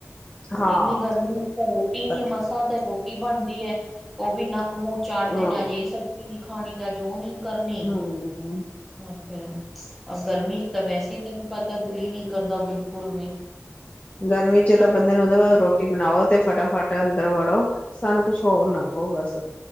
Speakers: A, in the centre; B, on the left.
A: ਹੁਣ
B: ਹਾਂ
A: ਇੰਨੀ ਗਰਮੀ ਵਿੱਚ ਤਾਂ ਰੋਟੀ ਨੀ
B: ਹਾਂ
A: ਮਸਾਂ ਤੇ ਰੋਟੀ ਬਜੀ ਬਣਦੀ ਹੈ ਉਹ ਵੀ ਨੱਕ ਮੂੰਹ ਚਾੜਦੇ
B: ਹਮ
A: ਨੇ ਅੱਜ ਇਹ ਸਬਜ਼ੀ ਨੀ ਖਾਣੀ ਤਾਂ ਅੱਜ ਉਹ ਨਹੀਂ। ਕਰਨੀ ਹੀ
B: ਹਮ
A: ਨੀ ਫਿਰ ਗਰਮੀ ਤਾਂ ਵੈਸੇ ਕੰਮ ਕਾਰ ਦਾ ਦਿਲ ਨਹੀਂ। ਕਰਦਾ ਬਿਲਕੁਲ ਵੀ।
B: ਗਰਮੀ
A: ਨਿਕਲਣ
B: ਚ ਤਾਂ ਬੰਦੇ ਨੂੰ ਹੁੰਦਾ ਬਈ ਰੋਟੀ ਬਣਾਓ ਤੇ ਫਟਾਫਟ ਅੰਦਰ ਵੜੋ। ਸਾਨੂੰ ਕੁਛ ਹੋਰ ਨਾ ਕਹੋ ਬਸ।